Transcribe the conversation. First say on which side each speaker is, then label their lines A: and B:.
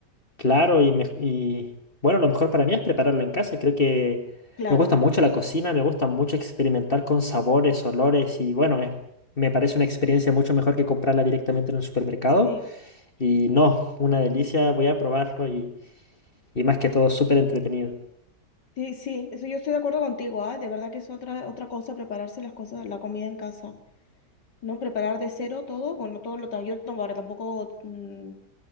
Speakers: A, on the left (about 35°); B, on the left (about 80°).
A: Claro, y, mej- y, bueno, lo mejor para mí es prepararlo en casa. Creo que
B: claro,
A: me gusta mucho la cocina, me gusta mucho experimentar con sabores, olores y bueno, es- me parece una experiencia mucho mejor que comprarla directamente en un supermercado.
B: sí,
A: Y no, una delicia, voy a probarlo y, y más que todo súper entretenido.
B: sí, sí, eso yo estoy de acuerdo contigo, ah, De verdad que es otra, otra cosa prepararse las cosas, la comida en casa, ¿no? Preparar de cero todo, bueno, todo lo, ta- yo tam- ahora tampoco mm,